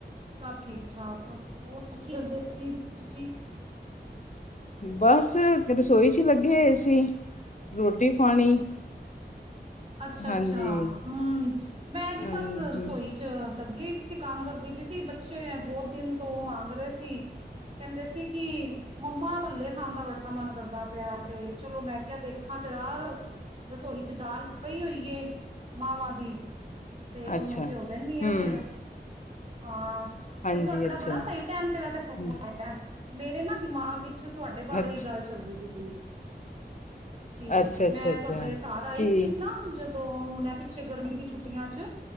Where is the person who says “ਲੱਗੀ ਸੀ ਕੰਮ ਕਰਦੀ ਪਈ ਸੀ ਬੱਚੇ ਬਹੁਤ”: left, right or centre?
Right